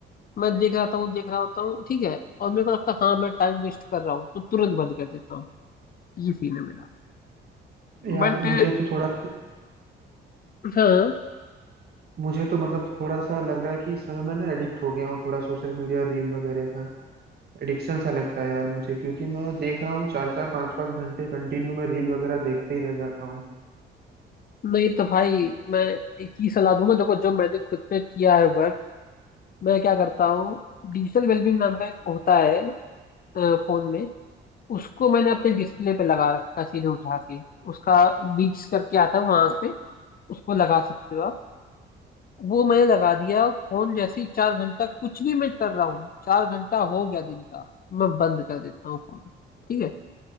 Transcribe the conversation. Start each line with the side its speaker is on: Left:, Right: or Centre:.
Left: मैं देख रहा हूँ देख रहा होता हूँ ठीक है और मेरे को लगता है हाँ मैं टाइम वेस्ट कर रहा हूँ तो तुरंत बंद कर देता हूँ ये सीन है मेरा
Right: यार
Left: बट
Right: मुझे तो थोड़ा
Left: हाँ
Right: मुझे तो मतलब थोड़ा सा लग रहा है कि इस समय मैं ना एडिक्ट हो गया हूँ थोड़ा सोशल मीडिया रील वगैरह का एडिक्शन सा लगता है यार मुझे क्योंकि मैं देख रहा हूँ चार चार पांच पांच घंटे कंटिन्यू में रील वगैरह देखते ही रह जाता हूँ
Left: नहीं तो भाई मैं एक ही सलाह दूंगा देखो जो मैंने खुद पे किया है वर्क मैं क्या करता हूँ डिजिटल वेलबींग नाम का एक होता है फोन में उसको मैंने अपने डिस्प्ले पे लगा रखा है सीधे उठा के उसका बीच करके आता है वहां पे उसको लगा सकते हो आप वो मैंने लगा दिया फोन जैसे ही चार घंटा कुछ भी मैं कर रहा हूँ चार घंटा हो गया दिन का मैं बंद कर देता हूँ फोन ठीक है